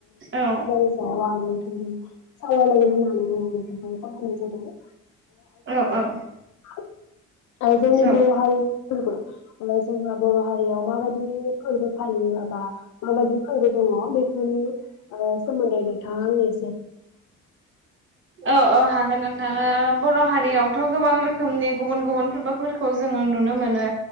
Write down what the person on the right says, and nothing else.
औ
औ औ
औ
औ औ हागोन आं दा बर' हारियावथ' गोबां रोखोमनि गुबुन गुबुन फोरबोफोरखौ जोङो नुनो मोनो।